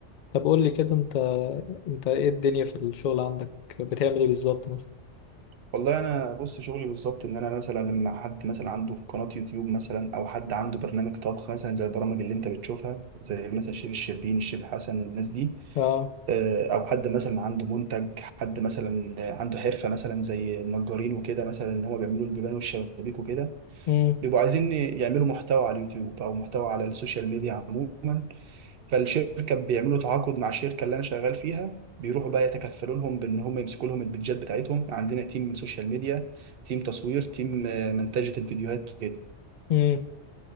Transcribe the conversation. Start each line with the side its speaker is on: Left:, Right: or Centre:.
Left: طب قول لي كده انت انت ايه الدنيا في الشغل عندك بتعمل ايه بالظبط مثلا
Right: والله انا بص شغلي بالظبط ان انا مثلا لما حد مثلا عنده قناه يوتيوب مثلا او حد عنده برنامج طبخ مثلا زي البرامج اللي انت بتشوفها زي مثلا الشيف الشربين الشيف حسن الناس دي
Left: اه
Right: آه، او حد مثلا عنده منتج حد مثلا عنده حرفه مثلا زي النجارين وكده مثلا ان هم بيعملوا البيبان والشبابيك وكده
Left: امم
Right: بيبقوا عايزين يعملوا محتوى على اليوتيوب او محتوى على السوشيال ميديا عموما فالشركه بيعملوا تعاقد مع الشركه اللي انا شغال فيها بيروحوا بقى يتكفلوا لهم بان هم يمسكوا لهم البيدجات بتاعتهم عندنا تيم سوشيال ميديا تيم تصوير تيم آه، منتجه الفيديوهات كده
Left: امم